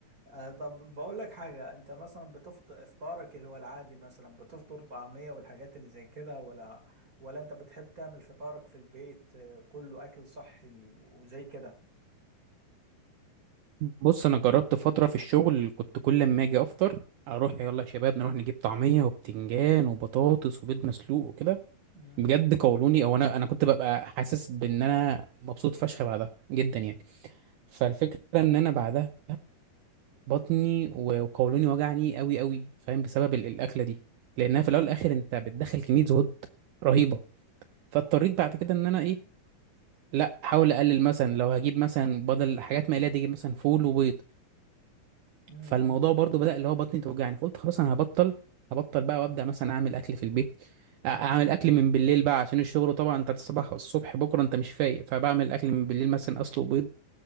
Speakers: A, on the right; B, on the right.
A: آه طب بقول لك حاجة انت مثلا بتفطر افطارك اللي هو العادي مثلا بتفطر طعمية والحاجات اللي زي كده ولا ولا انت بتحب تعمل فطارك في البيت آه، كله اكل صحي وزي كده
B: بص انا جربت فتره في الشغل كنت كل ما اجي افطر اروح يلا يا شباب نروح نجيب طعميه وبتنجان وبطاطس وبيض مسلوق وكده
A: مم.
B: بجد قولوني او انا انا كنت ببقى حاسس بان انا مبسوط فشخ بعدها جدا يعني فالفكره ان انا بعدها بطني و- وقولوني وجعني قوي قوي فاهم بسبب ال- الاكله دي لانها في الاول والاخر انت بتدخل كميه زهود رهيبه فاضطريت بعد كده ان انا ايه لا احاول اقلل مثلا لو هجيب مثلا بدل حاجات مقليه دي اجيب مثلا فول وبيض
A: مم. مم.
B: فالموضوع برضو بدأ اللي هو بطني توجعني فقلت خلاص انا هبطل هبطل بقى وابدأ مثلا اعمل اكل في البيت أ- اعمل اكل من بالليل بقى عشان الشغل طبعا انت الصبح الصبح بكره انت مش فايق فبعمل اكل من بالليل مثلا اسلق بيض